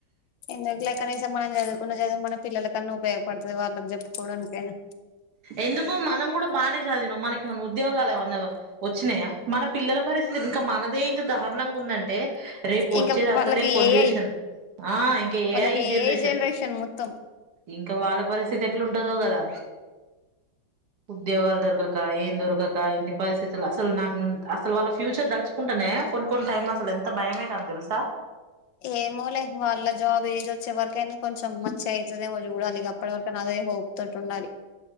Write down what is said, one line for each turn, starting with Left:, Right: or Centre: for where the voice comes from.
Left: ఎందుకు లె కనీస మనం చదువుకున్న చదువు మన పిల్లలకన్నా ఉపయోగపడుతుంది వాళ్ళకి చెప్పుకోవడానికైనా
Right: ఎందుకు మనం కూడా బానే చదివినాం మనక ఏమన్నా ఉద్యోగాలు ఏమన్నా వచ్చినాయా మన పిల్లల పరిస్థితి ఇంకా మనదే ఇంత దారుణంగా ఉందంటే రేపు వచ్చేది
Left: ఇంకా
Right: అసలే
Left: వాళ్ళకి
Right: పొల్యూషన్
Left: ఏఐ
Right: ఆ ఇంకా ఏ
Left: వాళ్ళకి
Right: ఐ జెనరేషన్
Left: ఏఐ జనరేషన్ మొత్తం
Right: ఇంకా వాళ్ళ పరిస్థితి ఎట్లా ఉంటదో కదా ఉద్యోగాలు దొరకక ఏం దొరకక ఇన్ని పరిస్థితులు అసలు నాకు అసలు వాళ్ళ ఫ్యూచర్ తలుచుకుంటానే కొను కొ టైమ్ లో అసలు ఎంత భయం అయితందో తెలుస
Left: ఏమో లే వాళ్ళ జాబ్ ఏజ్ వచ్చే వరకైనా కొంచెం మంచి అవుతుద ఏమో చూడాలి ఇక అప్పటి వరకు హోప్ తోటి ఉండాలి